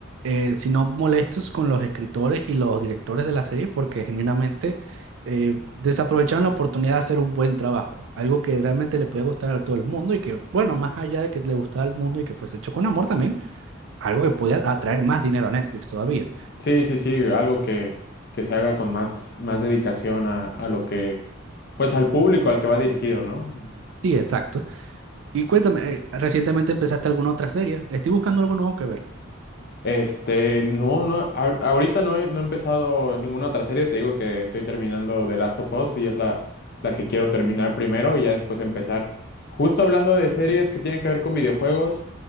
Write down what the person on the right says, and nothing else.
Eh, sino molestos con los escritores y los directores de la serie porque genuinamente eh, desaprovecharon la oportunidad de hacer un buen trabajo. Algo que realmente le puede gustar a todo el mundo y que, bueno, más allá de que le gustara al mundo y que fuese hecho con amor también algo que podía atraer más dinero a Netflix todavía.
Sí, exacto. Y cuéntame, eh, ¿recientemente empezaste alguna otra serie? Estoy buscando algo nuevo que ver.